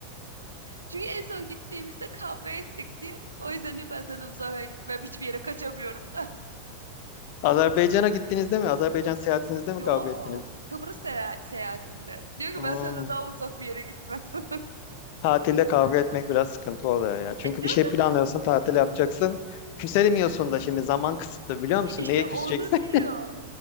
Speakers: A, on the right; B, on the left.
A: Çünkü en son gittiğimizde kavga ettik diye. O yüzden diyor ben senden uzağa gitmem. Hiçbir yere kaçamıyorum da. <laughs>
B: Azerbaycan'a gittiğinizde mi? Azerbaycan seyahatinizde
A: Yok.
B: mi kavga ettiniz?
A: Kıbrıs seyah- seyahatinde. Diyor ki
B: Hmm.
A: ben senden daha uzak bir yere gitmem. <laughs>
B: Tatilde kavga etmek biraz sıkıntı oluyor ya. Çünkü
A: E, canım
B: bir şey planlıyorsun, tatil
A: diyor.
B: yapacaksın. Küselemiyorsun da şimdi zaman kısıtlı biliyor musun?
A: İşte
B: Neye küseceksin?
A: onu diyor.